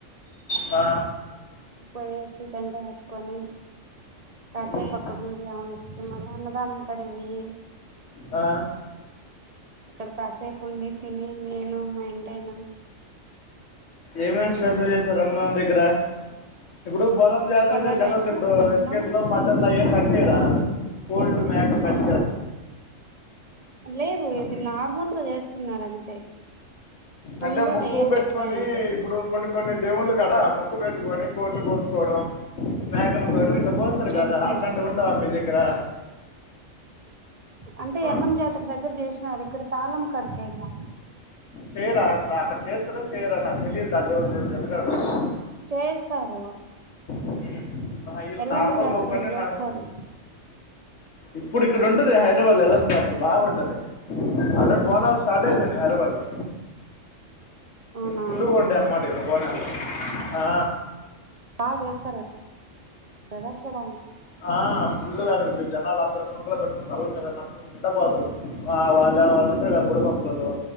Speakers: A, on the left; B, on the right.
A: ఆ
B: పోయేసి టెంకాయ్ అట్టుకొని కాసేపు
A: మ్మ్,
B: అక్కడ ఉండి ఎవన్ నచ్చితే మళ్ళ అన్నదానం కాడ పోయి
A: ఆ
B: అక్కడ కాసేపు ఉండి తిని నేను మా ఇంటయినా
A: ఏమేమి స్పెషల్ చేసారు అన్నదానం దగ్గర ఇప్పుడు పోలం జాతరంటే
B: కలర్
A: జనవరిలో
B: రైస్
A: ఇప్పుడు
B: కుర్మా
A: చికెన్లో మట్ అయ్యేం కట్ చేయర కోళ్ళు మేకలు కట్ చెయర
B: లేదు ఇది
A: మ్మ్?
B: నార్మల్గా చేస్తున్నరు అంతే పొంగు
A: అంటే
B: వల్ల
A: మొక్కు
B: ఏం
A: పెట్టుకొని
B: పెట్టలే ఇంకెప్పుడు
A: ఇప్పుడు కొన్ని కొన్ని దేవుళ్ళ కాడ మొక్కు పెట్టుకొని కోళ్ని కోసుకోవడం మేకను కోయడం
B: ఆ
A: ఇట్లా కోస్తరు
B: చేసుకుంటాం
A: కదా అట్లాంటివి ఉండవా మీ దగ్గర
B: అంటే
A: ఆ?
B: ఎల్లం జాతర దగ్గర చేసినారు ఇక్కడ తాళం కాడిచేలా
A: చేయరా అట్లా అక్కడ చేస్తార చేయరా నాకు తెలియదు ఆ దేవుడి గురించి అందుకే అడుగుతున్న
B: చేస్తారు
A: ఉమ్. నా ఇల్లు
B: ఎల్లమ్మ
A: నార్మల్
B: జాతరను
A: మొక్కని
B: చేస్తారు
A: నేను ఇప్పుడు ఇక్కడ ఉంటుది హైదరాబాద్ ఎళ్ళం జతరు బాగుంటది ఆల్రెడీ బోనాల్ స్టార్ట్ అయిపోయినాయి
B: ఉమ్
A: హైదరాబాదులో
B: అవునా
A: ఫుల్లుగుండె అనమాట ఇక్కడ బోనాలు ఆ
B: బా చేస్తారు కదక్కడ
A: ఆ ఫుల్లుగ అసలు జనాలు అందరు కుండలు పెట్టుకుని తళ్ల మీద నడుచుకుండపోతరు ఆ వాళ్ళు వాళ్ళు ఉంటారు కదా బుడబుక్కలోళ్ళు